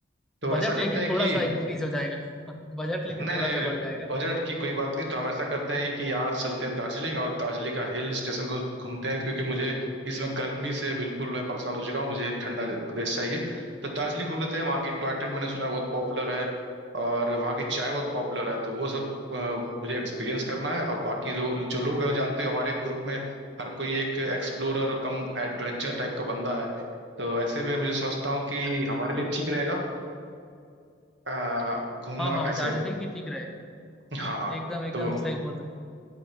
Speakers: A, on the right; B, in the centre.
A: तो
B: बजट
A: ऐसा करते
B: लेकिन
A: हैं
B: थोड़ा
A: कि
B: सा इंक्रीज हो जाएगा <laughs> बजट लेकिन
A: नहीं
B: थोड़ा
A: नहीं
B: सा बढ़ जाएगा
A: बजट की कोई बात नहीं तो हम ऐसा करते हैं कि यहाँ से चलते हैं दार्जिलिंग और दार्जिलिंग का हिल स्टेशन को घूमते हैं क्योंकि मुझे इसमें गर्मी से बिल्कुल मैं परेशान हो चुका हूँ मुझे ठंडा प्रदेश चाहिए तो दार्जिलिंग घूम लेते हैं वहाँ की टॉय ट्रेन मैंने सुना है बहुत पॉपुलर है और वहाँ की चाय बहुत पॉपुलर है तो वो सब अ, मुझे एक्सपीरियंस करना है और बाकी लोग जो लोग हैं वो जानते हो हमारे ग्रुप में हर कोई एक एक्सप्लोरर और कम एडवेंचर टाइप का बंदा है तो ऐसे में मुझे समझता हूँ कि हमारे लिए ठीक रहेगा अ, घूमना
B: हाँ हाँ
A: ऐसे
B: दार्जिलिंग भी ठीक रहेगा
A: हाँ
B: एकदम एकदम
A: तो
B: सही बोल रहे हो।